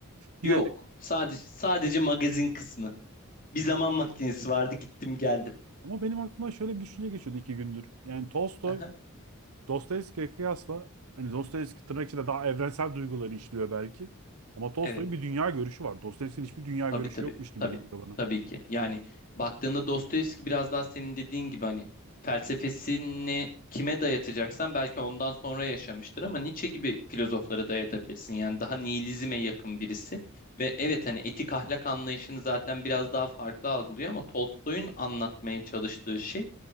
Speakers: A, on the right; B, on the left.
A: Yani
B: Yok. Sadece sadece magazin kısmı. Bir zaman makinesi vardı, gittim geldim.
A: ama benim aklıma şöyle bir düşünce geçiyordu iki gündür. Yani Tolstoy
B: Aha,
A: Dostoyevski'ye kıyasla hani Dostoyevski tırnak içinde daha evrensel duyguları işliyor belki. Ama Tolstoy'un
B: evet.
A: bir dünya görüşü var. Dostoyevski'nin hiçbir dünya
B: Tabii
A: görüşü
B: tabii.
A: yokmuş gibi
B: Tabii.
A: geliyor bana.
B: Tabii ki. Yani baktığında Dostoyevski biraz daha senin dediğin gibi hani felsefesini kime dayatacaksan belki ondan sonra yaşamıştır ama Nietzsche gibi filozoflara dayatabilirsin. Yani daha nihilizme yakın birisi ve evet hani etik ahlak anlayışını zaten biraz daha farklı algılıyor ama Tolstoy'un anlatmaya çalıştığı şey